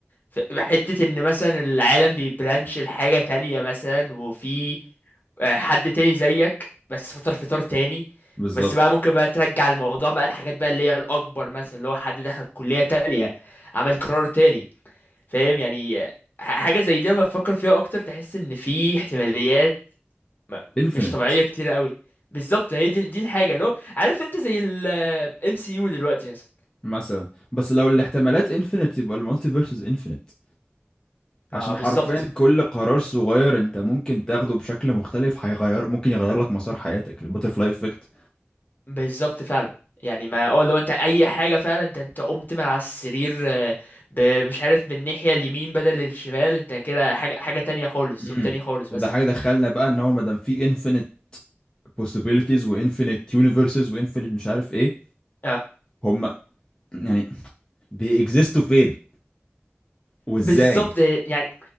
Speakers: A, on the left (about 45°); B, on the left (about 20°).
A: ف- حتة ان مثلا العالم بيبرانش لحاجة تانية مثلا وفي آه، حد تاني زيك بس فطر فطار تاني
B: بالظبط
A: بس بقى ممكن بقى ترجع الموضوع بقى الحاجات بقى اللي هي الأكبر مثلا اللي هو حد دخل كلية تانية عمل قرار تاني فاهم يعني آه، حاجة زي دي لما تفكر فيها أكتر تحس إن في احتماليات م-
B: infinite
A: مش طبيعية كتير قوي بالظبط هي دي دي الحاجة اللي هو عارف أنت زي ال آه، MCU دلوقتي مثلا
B: مثلا بس لو الاحتمالات infinite يبقى المالتيفيرس infinite عشان
A: ما بالظبط
B: حرفيا كل قرار صغير انت ممكن تاخده بشكل مختلف هيغير ممكن يغير لك مسار حياتك الباترفلاي افكت
A: بالظبط فعلا يعني ما اه لو انت اي حاجه فعلا انت انت قمت من على السرير آه، ب- مش عارف من الناحيه اليمين بدل الشمال انت كده حاجه حاجه تانية خالص
B: امم
A: يوم تاني خالص
B: وده
A: مثلا
B: حاجه دخلنا بقى ان هو ما دام في انفينيت possibilities وانفينيت يونيفرسز وانفينيت مش عارف ايه
A: اه
B: هم يعني بيكزيستوا فين وازاي
A: بالظبط يعني